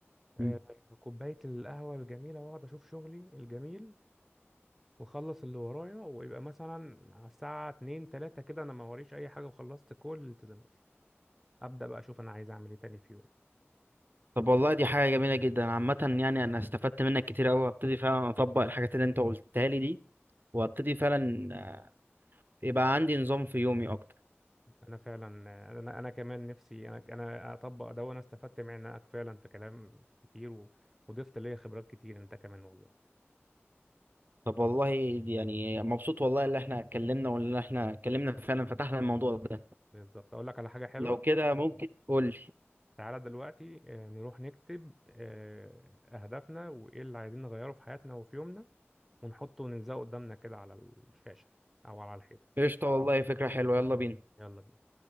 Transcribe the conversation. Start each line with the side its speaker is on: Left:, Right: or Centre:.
Centre: آه،
Right: مم.
Centre: كوبايه القهوه الجميله واقعد اشوف شغلي الجميل واخلص اللي ورايا ويبقى مثلا على الساعه 2 3 كده انا ما وريش اي حاجه وخلصت كل التزاماتي ابدا بقى اشوف انا عايز اعمل ايه تاني في يوم
Right: طب والله دي حاجة جميلة جدا عامة يعني أنا استفدت منك كتير أوي هبتدي فعلا أطبق الحاجات اللي أنت قلتها لي دي وهبتدي فعلا يبقى عندي نظام في يومي أكتر
Centre: انا فعلا انا انا كمان نفسي انا انا اطبق ده وانا استفدت معاك فعلا في كلام كتير و... وضفت ليا خبرات كتير انت كمان والله
Right: طب والله دي يعني مبسوط والله اللي احنا اتكلمنا واللي احنا اتكلمنا فعلا فتحنا الموضوع ده
Centre: بالظبط اقول لك على حاجه حلوه
Right: لو كده ممكن قول لي
Centre: تعالى دلوقتي آه، نروح نكتب آه، اهدافنا وايه اللي عايزين نغيره في حياتنا وفي يومنا ونحطه ونلزقه قدامنا كده على الشاشه او على الحيطه
Right: قشطة والله فكرة حلوة يلا بينا
Centre: يلا بينا.